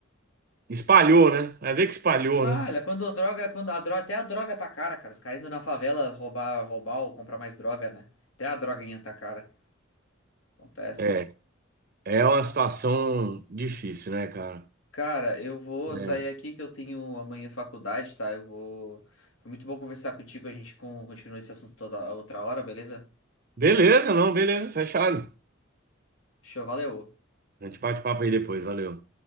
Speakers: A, on the right; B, on the left.
A: espalhou, né? Vai ver que espalhou,
B: Ah,
A: né?
B: Olha, quando a droga, quando a droga, até a droga tá cara, cara. Os caras indo na favela roubar, roubar ou comprar mais droga, né? Até a droguinha tá cara. Acontece.
A: É, é uma situação difícil, né, cara?
B: Cara, eu vou
A: É.
B: sair aqui que eu tenho amanhã faculdade, tá? Eu vou. Foi muito bom conversar contigo. A gente con- continua esse assunto toda outra hora, beleza?
A: Beleza, não, beleza, fechado.
B: Show, valeu.
A: A gente bate papo aí depois, valeu.